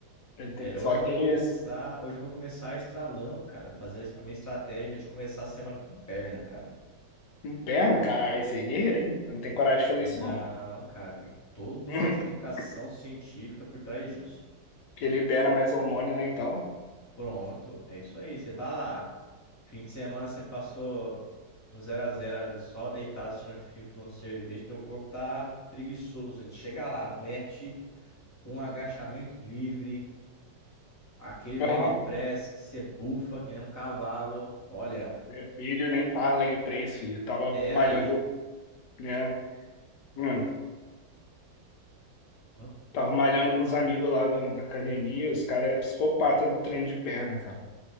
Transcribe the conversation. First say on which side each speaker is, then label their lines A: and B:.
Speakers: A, on the left (about 70°); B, on the left (about 20°).
A: Ele tem
B: É, hoje
A: só aqueles.
B: eu vou começar, hoje eu vou começar estralando, cara, fazer a minha estratégia de começar a semana com perna, cara.
A: Perna, caralho, esse aí é guerreiro, hein? Eu não tenho coragem de fazer
B: Não,
A: isso, não.
B: cara, tem toda
A: <clears throat>
B: uma explicação científica por trás disso.
A: Porque libera mais hormônio, né, então.
B: Pronto, é isso aí, você tá lá. Fim de semana você passou no zero a zero ali, só deitado assistindo filme, tomando cerveja, teu corpo tá preguiçoso, gente. Chega lá, mete um agachamento livre, aquele leg
A: Aham.
B: press que você bufa que nem um cavalo. Olha,
A: Meu filho nem fala leg press, filho. Eu tava
B: é
A: malhando,
B: aí.
A: né? hum,
B: Hã?
A: Tava malhando com os amigos lá do- da academia, os caras é psicopata do treino de perna, cara.